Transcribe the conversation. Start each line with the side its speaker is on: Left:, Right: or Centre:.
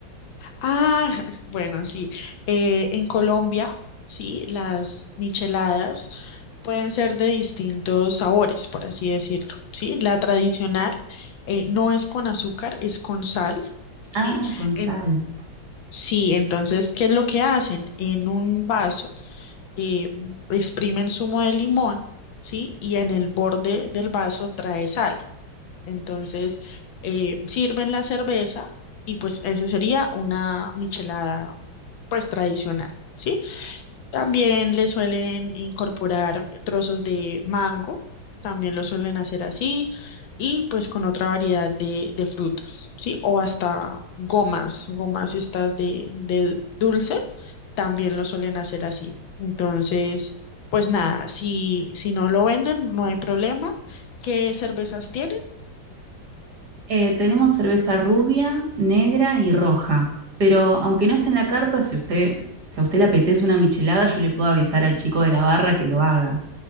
Left: Ah, <laughs> bueno, sí. Eh, en Colombia, sí, las micheladas pueden ser de distintos sabores, por así decirlo, sí. La tradicional eh, no es con azúcar, es con sal, sí.
Right: Ah, con sal.
Left: En- sí, entonces, ¿qué es lo que hacen? En un vaso eh, exprimen zumo de limón, sí, y en el borde del vaso trae sal. Entonces, eh, sirven la cerveza y pues eso sería una michelada pues tradicional, ¿sí? También le suelen incorporar trozos de mango, también lo suelen hacer así y pues con otra variedad de, de frutas, ¿sí? O hasta gomas, gomas estas de, de dulce, también lo suelen hacer así. Entonces, pues nada, si, si no lo venden, no hay problema. ¿Qué cervezas tienen?
Right: Eh, tenemos cerveza rubia, negra y roja. Pero aunque no esté en la carta, si usted, si a usted le apetece una michelada, yo le puedo avisar al chico de la barra que lo haga.